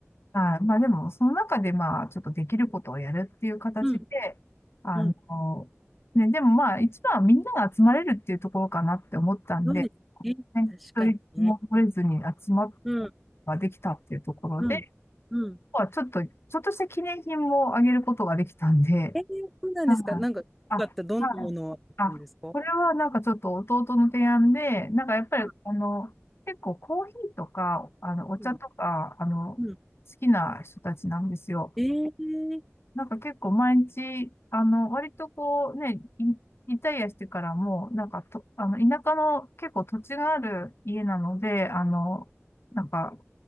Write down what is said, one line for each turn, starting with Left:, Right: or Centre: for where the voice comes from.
Left: はい。まあでも、その中でまあ、ちょっとできることをやるっていう形で、
Centre: うん、
Left: あの、
Centre: うん
Left: ね、でもまあ、一番はみんなが集まれるっていうところかなって思ったんで、
Centre: そうですね。
Left: ね、一人も取れずに集まるこ
Centre: 確かにね。うん、
Left: とができたっていうところで、
Centre: うん、うん。
Left: まあ、ちょっと、ちょっとした記念品もあげることができたんで、
Centre: えー、そうなんですか。
Left: <laughs> はい。
Centre: なんか、よかった。
Left: あ、は
Centre: どんなものなんですか
Left: い。あ、これはなんかちょっと弟の提案で、なんかやっぱり、
Centre: うん
Left: あの、結構コーヒーとか、あの、お茶とか、
Centre: うん
Left: あの、
Centre: うん
Left: 好きな人たちなんですよ。
Centre: えー、
Left: なんか結構毎日、あの、割とこうね、イリタイアしてからも、なんかと、あの、田舎の結構土地がある家なので、あの、なんか、